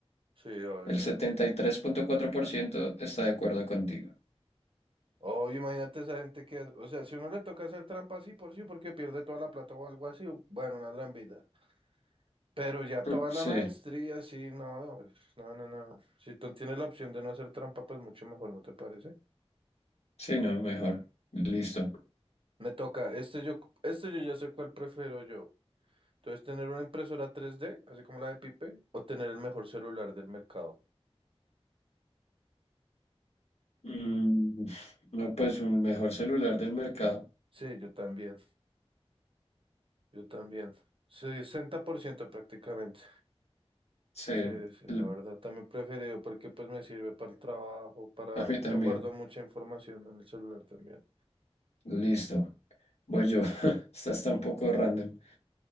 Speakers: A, on the right; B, on the left.
A: Sí, obvio,
B: El
A: no.
B: setenta y tres punto cuatro por ciento está de acuerdo contigo.
A: Obvio, imagínate esa gente que hace- O sea, si uno le toca hacer trampas, sí por sí, porque pierde toda la plata o algo así, bueno, una gran vida. Pero ya toda
B: <laughs> Sí,
A: la maestría, sí, no. No, no, no. Si tú tienes la opción de no hacer trampa, pues mucho mejor, ¿no te parece?
B: sí, no, mejor. Listo.
A: Me toca. Este yo, este yo ya sé cuál prefiero yo. Entonces, tener una impresora tres d así como la de Pipe, o tener el mejor celular del mercado.
B: Mm, no, pues un mejor celular del mercado.
A: Sí, yo también. Yo también. Sí, 60% prácticamente.
B: Sí,
A: Sí, sí,
B: l-
A: la verdad, también preferido porque pues me sirve para el trabajo, para...
B: a mí también.
A: Yo guardo mucha información en el celular también.
B: Listo, voy yo. <laughs> Esta está un poco random.